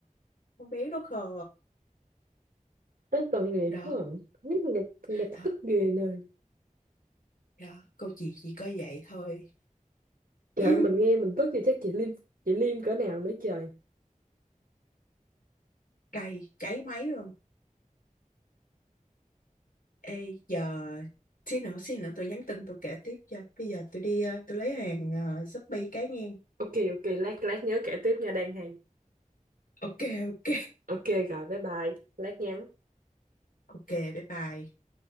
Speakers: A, on the left; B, on the right.
A: con bé nó khờ
B: Ê, tội nghiệp
A: đó
B: quá à. Không biết Tội nghiệp, tội nghiệp tôi
A: đó
B: tức ghê nơi
A: đó câu chuyện chỉ có vậy thôi
B: trời
A: <laughs>
B: mình nghe mình tức thì chắc chị Liêm chị Liêm cỡ nào nữa trời
A: cay cháy máy luôn ê giờ xí nữa xí nữa tôi nhắn tin tôi kể tiếp cho bây giờ tôi đi ờ, tôi lấy hàng ờ, Shopee cái nghe
B: ok ok lát lát nhớ kể tiếp nha đang hay
A: ok ok
B: ok rồi bye bye lát nhắn
A: ok bye bye